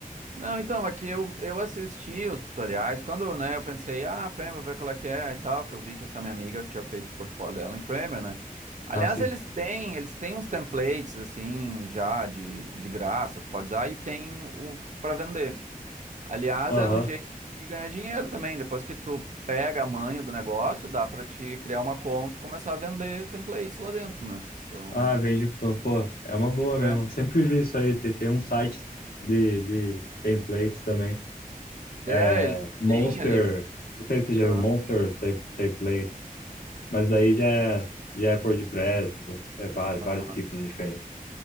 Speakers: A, on the right (about 55°); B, on the left (about 75°).
A: Não, então, aqui eu, eu assisti os tutoriais, quando, né, eu pensei, ah, Framer, vou ver qual é que é e tal, que eu vi que essa minha amiga tinha feito o portfólio dela em Framer, né? Aliás,
B: Ah, sim.
A: eles têm, eles têm uns templates, assim, já de, de graça, tu pode usar, e tem o para vender. Aliás,
B: Aham.
A: é um jeito de ganhar dinheiro também, depois que tu pega a manha do negócio, dá pra te criar uma conta e começar a vender templates lá dentro, né? Então,
B: Ah, vejo, pô, pô, é uma boa mesmo.
A: é,
B: Eu Sempre vi isso aí. Tem, tem um site de, de templates também.
A: é,
B: É
A: eles
B: Monster.
A: têm ali...
B: Não sei se você já
A: aham,
B: viu Monster Tem- Templates, mas daí já é, já é por WordPress, é vários,
A: aham.
B: vários tipos diferentes.